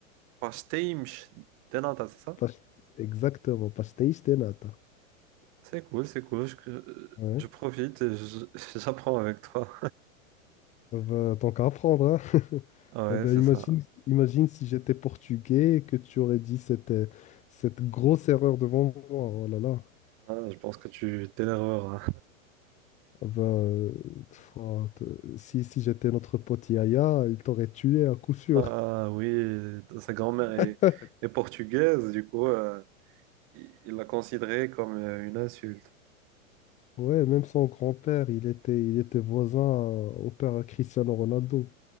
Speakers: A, on the right (about 30°); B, on the left (about 20°).
A: pastéis de nata, c'est ça?
B: Pas- exactement, pastéis de nata.
A: C'est cool, c'est cool. Je, euh,
B: Ouais.
A: je profite et je- <laughs> j'apprends avec toi.
B: Euh, ben, tant qu'à apprendre, hein. <laughs>
A: Ah Ouais,
B: Eh ben,
A: c'est
B: imagine,
A: ça.
B: imagine si j'étais portugais et que tu aurais dit cette, euh, cette grosse erreur devant moi. Oh là là.
A: Ah, je pense que tu t'énerveras.
B: bah euh, pff, ah, t- si si j'étais notre pote Yaya, il t'aurait tué à coup sûr.
A: Ah oui, ta- sa grand-mère est,
B: <laughs>
A: est portugaise, du coup. euh, il il l'a considéré comme euh, une insulte.
B: Ouais, même son grand-père, il était, il était voisin euh, au père à Cristiano Ronaldo.